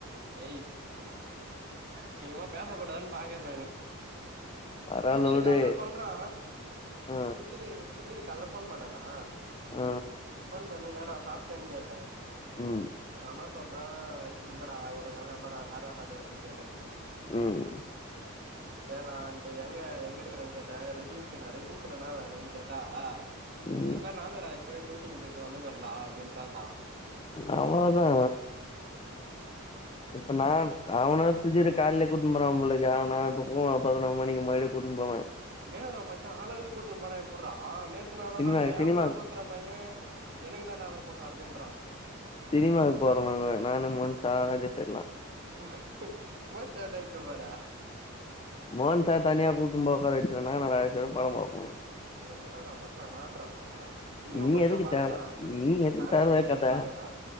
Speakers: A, on the right (about 50°); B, on the left (about 25°).
A: எய் அசிங்கமா பேசக் கூடாதுன் பாக்கற நானு
B: பரவாலோடு
A: சுதி இருக்கால்ல சொல்றா
B: ஆ
A: சுதிரு சுதிரு கால்ல ஃபோன் பண்ணானா
B: ஆ
A: ஃபோன் பண்ணி என்னாடா சாப்ட்டியான் கேட்ட
B: ம்
A: அவ்னா சொல்றா இல்லடா இவளோ கால்ல பாரா ஆர்றா சாப்டுவா நீங் கேட்டா
B: ம்
A: சேர்றான்ட்டு எங்க எங்க இருக்ன் கேட்டா ரெட்டின்ஸுனா ரெட்டின்ஸ்ல என்னா வேலன் கேட்டா
B: ம்
A: இந்த மாரி நானு ராஜேஸு டேட்டிங் போயிட்டு வந்துக்குறொன்டா அப்டின்றான்டா
B: அவ்ளதா இப்ப நா அவன சுஜிரு கால்லையே கூட்னு போறாம் போலருக்கு ஆனா நா இப்ப போவு பதினோ மணிக்கு மயிடு கூட் னு போவே
A: நூ என்னடா மச்சா ஆளாளுக் கூட்னு போனா எப்புர்றா ஆ நேத்து நல்லாதா
B: சினிமா
A: ஒ ஏங்
B: சினிமா
A: கூட சுத்துற பைய எனக்கு தாண்டா அந்த பொண்ணு அப்டின்றா
B: சினிமாவுக் போறோமுங்க நானு மன்சா ராஜேஸு எல்லா
A: <unintelligible> ஏண்டா இட்னு போற
B: மோஹன் சார் தனியா கூட்டும் போ ஒக்கார வச்சிருவ நா ராஜேஸு படம் பாப்போ
A: என்னாதுரா மாச்சா நான்றாப்பா இனியு
B: நீ
A: மச்சா
B: எதுக்கு
A: பாருங்க
B: தேவயில்லா
A: நா
B: நீ எதுக்கு
A: நானு
B: தேவல்லா
A: சத்தியம்
B: கத்த
A: பாக்கறா